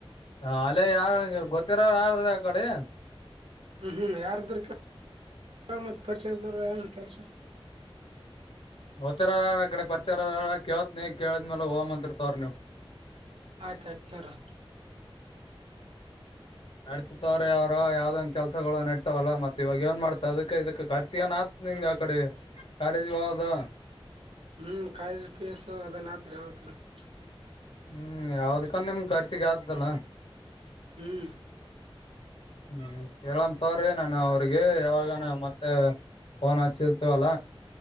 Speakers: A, on the left; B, on the right.
A: ಹಾ ಅಲ್ಲೇ ಯಾರಗೆ ಗೊತ್ತಿರ ಯಾರ ಅಕಡೆ.
B: ಹು ಹು ಯಾರದ್ರ ಕೇಳ್ ಪರಿಚಯ ಇದ್ದರ ಏನ್ ಕೆಲ್ಸ.
A: ಗೊತ್ತಿರ ಈಕಡೆ ಪರಿಚಾರ ಇರೋರರ ಕೇಳತಿನೀ ಕೇಳಿದ್ಮೇಲ ಹೋಗುಮ ಅಂತೀರ ತೋರ್ ನೀವು.
B: ಆಯ್ತಾಯ್ತ್ ಕೇಳ್ರ
A: ನಡ್ತಿತ್ವ್ರ ಅವರು ಯಾವ್ದಂಗ ಕೆಲ್ಸಗಳು ನಡ್ತಾವಲ್ಲ ಮತ್ತ ಇವಾಗ ಏನ್ ಮಾಡ್ತಾವ ಅದಕ್ಕೆ ಇದಕ್ಕೆ ಖರ್ಚ‌ಳ ಏನ್ ನಿಂಗ ಆ ಕಡೆ ಕಾಲೇಜ್ ಹೋಗದ
B: ಹ್ಮ್ ಕಾಲೇಜಿ ಪೀಸು ಅದನ್ತ್ರಿ ಹೇಳತ್ಿ <unintelligible>
A: ಹ್ಮ್ ಯಾವ್ದಕ್ಕ ನಿಮ್ ಖರ್ಚಿಗೆ ಆದ್ದಲ್ಲ
B: ಹ್ಮ್
A: ಹು ಹೆಳನ ತೋರಿ ನಾನು ಅವ್ರಿಗೆ ಯಾವಾಗನ ಮತ್ತ. ಪೊನ್ ಹಚ್ಚಿರತವಲ್ಲ.